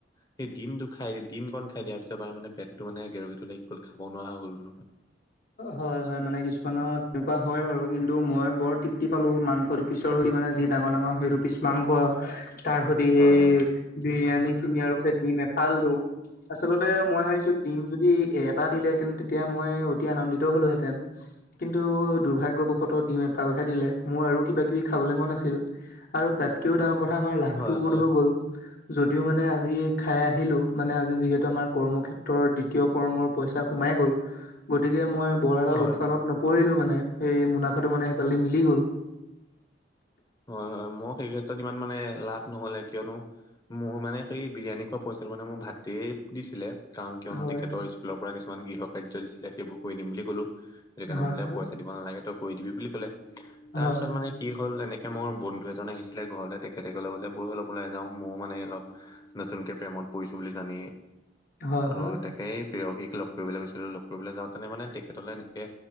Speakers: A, on the left; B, on the left.
A: সেই ডিমটো খাই ডিমকণ খাই দিয়াৰ পিছত পেটটো মানে গেৰো গেথো লাগি গ'ল, খাব নোৱাৰা হৈ গ'লো নহয়।
B: হয় হয়, মানে কিছুমানত তেনেকুৱা হয় বাৰু কিন্তু মই বৰ তৃপ্তি পালোঁ মাংসটো পিছৰ দি মানে যি ডাঙৰ ডাঙৰ সেইটো পিছ মাংস তাৰ সৈ তে সেই
A: হয়
B: বিৰিয়ানীখিনি কিনি আৰু সেই ডিম এফালটো আচলতে মই ভাবিছোঁ ডিম যদি এ-এটা দিলেহেঁতেন তেতিয়া মই অ তি আনন্দিত হ'লোহেঁতেন। কিন্তু দুৰ্ভাগ্যবশত ডিম এফালহে দিলে, মোৰ আৰু কিবা কিবি খাবলে মন আছিল। আৰু তাতকেও ডাঙৰ কথা আমাৰ লাভটো
A: হয় হয়
B: সুত
A: হয়
B: হৈ গ'ল। যদিও মানে আজি খাই আহিলোঁ, মানে আজি যিহেতু আমাৰ কৰ্মক্ষেত্ৰৰ দ্বিতীয় কৰ্মৰ পইচা সোমাইয়ে গ'ল গতিকে মই বৰ এটা
A: হয়
B: লোকচানত ন পৰিলো মানে, সেই মুনাফাটো মানে সেইফাল দি মিলি গ'ল।
A: হয় হয়, মই সেই ক্ষেত্ৰত ইমান মানে লাভ নহ'লে কিয়নো মোৰ মানে সেই বিৰিয়ানী খোৱা পইচাটো মানে মোৰ ভাতৃয়ে দিছিলে। কাৰণ কিয়নো
B: হয়
A: তেখেতৰ স্কুলৰ পৰা কিছুমান গৃহ কাৰ্য দিছিলে সেইবোৰ কৰি দিম বুলি ক'লো। সেই কাৰণে
B: হয়
A: বোলে
B: হয়
A: পইচা দিব নালাগে তই কৰি দিবি বুলি ক'লে, তাৰপিছত
B: হয়
A: মানে কি হ'ল এনে এ, মোৰ বন্ধু এজন আহিছিলে ঘৰলে, তেখেতে ক'লে বোলে ব'ল অলপ ওলাই যাওঁ, ময়ো মানে অলপ নতুনকে প্ৰেমত পৰিছোঁ বুলি জানি
B: হয়
A: আৰু
B: হয়
A: তাকেই প্ৰেয়সীক লগ কৰিবলৈ গৈছিলোঁ, লগ কৰিবলৈ যাওঁতে মানে তেখেতলৈ এনেকে